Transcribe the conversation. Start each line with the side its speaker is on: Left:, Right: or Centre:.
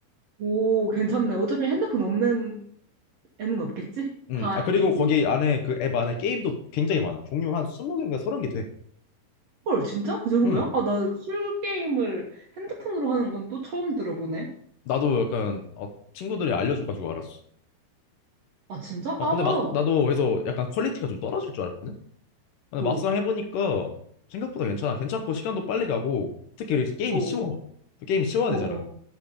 Right: 오, 괜찮네. 어차피 핸드폰 없는 애는 없겠지?
Left: 음,
Right: 다
Left: 아 그리고
Right: 있겠지?
Left: 거기 안에 그 앱 안에 게임도 굉장히 많아. 종류 한 20개인가 30개 돼.
Right: 헐, 진짜? 그 정도야?
Left: 음,
Right: 아, 나 술 게임을 핸드폰으로 하는 건 또 처음 들어보네.
Left: 나도 약간 어, 친구들이 알려줘가지고 알았어.
Right: 아, 진짜?
Left: 어
Right: 아,
Left: 근데
Right: 어,
Left: 막 나도 그래서 약간 퀄리티가 좀 떨어질 줄 알았거든? 근데
Right: 어,
Left: 막상 해보니까 생각보다 괜찮아. 괜찮고 시간도 빨리 가고 특히 게임이
Right: 어,
Left: 쉬워. 또 게임이 쉬워야
Right: 어,
Left: 되잖아.
Right: 어.